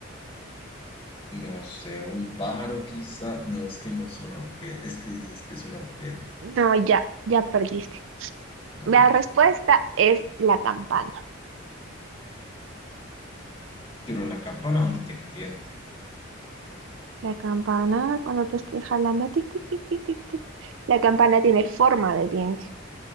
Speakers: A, on the left (about 25°); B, on the right (about 70°).
A: No sé, un pájaro quizá. No, es que no es un objeto. Es que dices que es un objeto.
B: No, ya, ya perdiste.
A: Ah,
B: La
A: ok.
B: respuesta es la campana.
A: Pero la campana ¿dónde tiene un diente.
B: La campana, cuando te estés jalando, tic, tic, tic, tic, tic, tic, La campana tiene forma de diente.